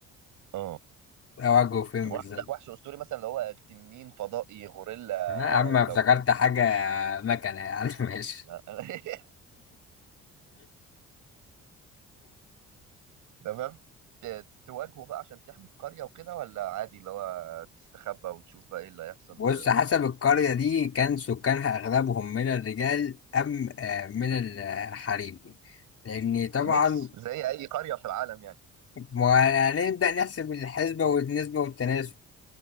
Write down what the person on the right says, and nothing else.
اه
وحش
لا وحش اسطوري مثلا اللي هو تنين فضائي غوريلا
لو
لا. <laughs> تمام ت- ت- تواجهه بقى عشان تحمي القريه وكده ولا عادي اللي هو تستخبى وتشوف بقى ايه اللي هيحصل
وكده
ميكس زي اي قريه في العالم يعني